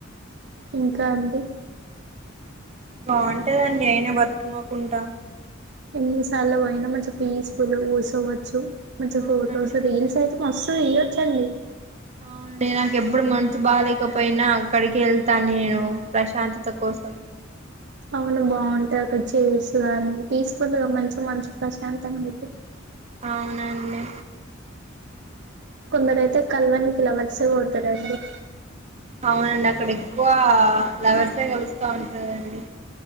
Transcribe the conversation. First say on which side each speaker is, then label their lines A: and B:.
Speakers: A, on the right (about 60°); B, on the right (about 35°).
A: ఇంకా అండి
B: బాగుంటదండి అయినా బతుకమ్మ కుండా
A: ఎన్నిసార్లు పోయినా మంచిం పీస్ఫుల్ కుసుోవచ్చు మంచి
B: అవునండి
A: ఫోటోస్ రీల్స్ అయితే మస్తు ఆ ఇయ్యోచండీ
B: అవుడి నాకెప్పుడు మనసు బాలేేకపోయినా అక్కడికి వెళ్తాఅండి నేను ప్రశాంతత కోసం
A: అవును బాగుంటాయి అక్కడ చేర్సు కాని ప్రేస్ఫుల్ల్గా మంచిగా మనసుకు ప్రశాంతంగా అయితే
B: అవునండి
A: కొందరు అయితే కలవనికి లవర్స్ పోతారడికి
B: అవునండి అక్కడ ఎక్కువ లవర్సే కలుస్త ఉంటరండి